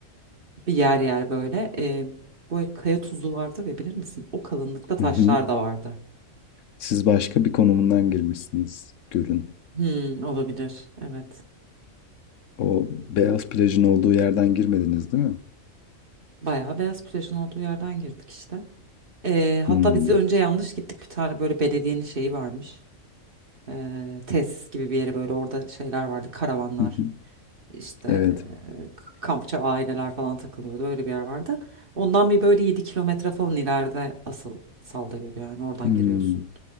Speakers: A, on the right (about 45°); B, on the left (about 70°).
A: Bir yer yer böyle e, bu kaya tuzu vardır ya bilir misin? O kalınlıkta taşlar
B: Hı hı.
A: da vardı.
B: Siz başka bir konumundan girmişsiniz gölün.
A: Hmm, olabilir evet.
B: O beyaz plajın olduğu yerden girmediniz değil mi?
A: Bayağı beyaz plajın olduğu yerden girdik işte. Ee,
B: Hmm.
A: hatta biz de önce yanlış gittik bir tane böyle belediyenin şeyi varmış. Ee, tesis gibi bir yere böyle orada şeyler vardı karavanlar
B: Hı hı.
A: işte
B: Evet.
A: e, k- kampçı aileler falan takılıyordu öyle bir yer vardı. Ondan bir böyle 7 kilometre falan ileride asıl Salda Gölü yani oradan
B: Hmm.
A: giriyorsun.